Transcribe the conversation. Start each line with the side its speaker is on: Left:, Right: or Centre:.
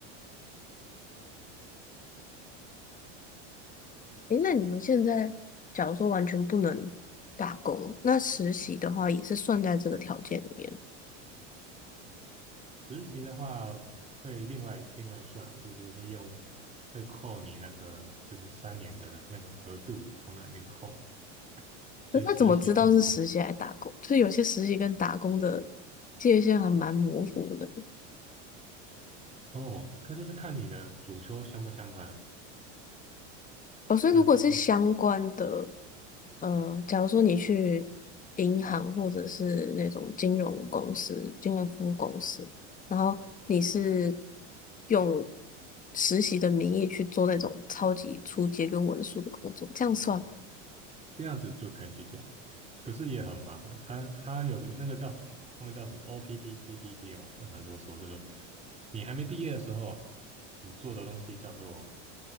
Left: 哎，诶，那你们现在假如说完全不能打工，那实习的话也是算在这个条件里面。
Right: 实习的话会另外另外算，就是会用会扣你那个就是三年的那个额度从那边扣，所以实习是可能
Left: 那他怎么知道是实习还是打工？就是有些实习跟打工的界限还蛮模糊的。
Right: 哦，他就是看你的主修相不相关啊，
Left: 哦，所以如果是相关的，
Right: 对对？
Left: 呃，假如说你去银行或者是那种金融公司、金融服务公司，然后你是用实习的名义去做那种超级出街跟文书的工作，这样算吗？
Right: 这样子就可以去做，可是也很麻烦。他他有个那个叫什么，他们叫什么 OPT、CPT 哦，这很啰嗦，就是说你还没毕业的时候，你做的东西叫做